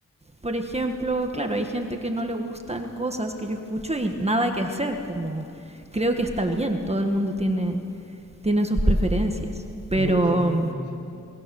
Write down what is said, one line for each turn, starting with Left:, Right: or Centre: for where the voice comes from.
Right: por ejemplo, claro, hay gente que no le gustan cosas que yo escucho y nada que hacer, como creo que está bien, todo el mundo tiene, tiene sus preferencias, pero
Left: Muy cierto, muy cierto.